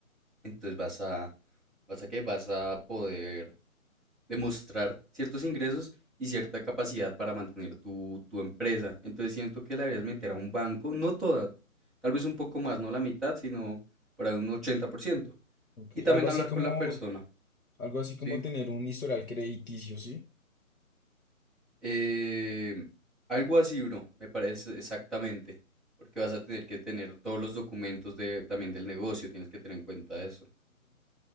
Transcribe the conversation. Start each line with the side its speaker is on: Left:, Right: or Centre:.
Centre: entonces vas a, vas a qué? Vas a poder demostrar ciertos ingresos y cierta capacidad para mantener tu, tu empresa. Entonces siento que la deberías meter a un banco, no toda, tal vez un poco más, no la mitad, sino por ahí un 80%.
Left: Ok,
Centre: Y también
Left: Algo así
Centre: hablar
Left: como,
Centre: con la persona,
Left: algo así como
Centre: ¿sí?
Left: tener un historial crediticio, ¿sí?
Centre: Eh, algo así, bro, me parece exactamente, porque vas a tener que tener todos los documentos de, también del negocio, tienes que tener en cuenta eso.